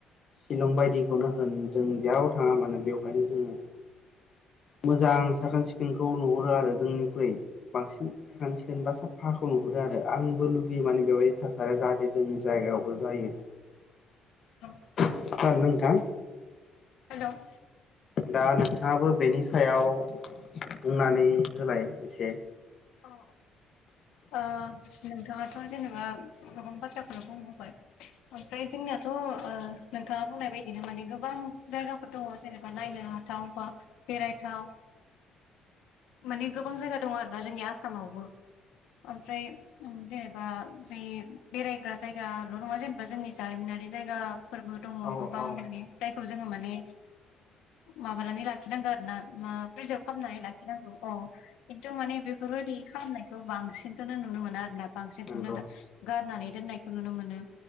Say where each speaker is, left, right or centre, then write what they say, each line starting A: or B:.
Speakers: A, on the left; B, on the left.
A: शिलं
B: औ
A: बायदिखौनो होन जों जेरयाव थाङा मानो बेवहायनो जोङो मोजां साखोन सिखोनखौ नुहरो आरो जोंनिख्रुइ बांसिन सोन सिखोन बा साफाहाखौ नुहुरो आरो आंबो लुबैयो माने बेबायदि थासारिया जाहाथे जोंनि जायगायावबो जायो
B: औ
A: खोनादोंना नोंथां
B: <unintelligible>
A: दा नोंथाङाबो बेनि सायाव बुंनानै होलाय एसे
B: औ औ नोंथाङाथ' जेनेबा गोबां बाथ्रा आ बुंबोबाय ओमफ्राय जोंनियाथ' नोंथाङा बुंनाय बायदिनो माने गोबां जायगाफोर दङ जेनेबा नायनो हाथाव बा बेरायथाव माने गोबां जायगा दं आरोना जोंनि आसामावबो ओमफ्राय जेनेबा बे बेरायग्रा जायगाल' नङा जेनेबा बा जोंनि जारिमिनारि जायगाफोरबो दङ
A: औ
B: गोबां
A: औ
B: माने जायखौ जोङो माने माबानानै लाखिनांगोन आरोोना मा प्रिजार्भ खालामनानै लाखिनांगौ औ खिन्थु माने बेफोरबायाददि खालामनायखौ बांसिनखौनो नुनो मोना आरोना बांसिनखौनो
A: नंगौ
B: गारनानै दोननायखौ नुनो मोनो